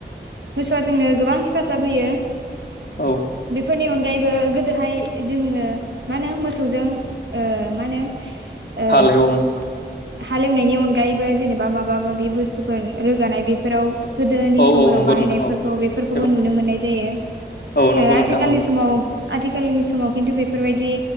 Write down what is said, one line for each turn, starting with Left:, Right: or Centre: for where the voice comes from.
Right: मोसौआ जोंनो गोबां हेफाजाब होयो
Left: औ
Right: बेफोरनि अनगायैबो गोदोहाय जोङो मा होनो मोसौजों म होनो ओ
Left: हाल हमोन
Right: हालेवनायनि अनगायैबो जेनेबा माबा माबि बुस्थुफोर रोगानाय बेफोराव गोदोनि
Left: औ
Right: समफोराव
Left: औ नंगौ
Right: बाहायनायफोरखौ
Left: नोंथां
Right: बेफोरखौबो
Left: औ
Right: नुनो मोननाय जायो
Left: औ नंगौ नोंथां
Right: आथिखालनि
Left: औ
Right: समाव आथिखालनि समाव खिन्थु बेफोरबायदि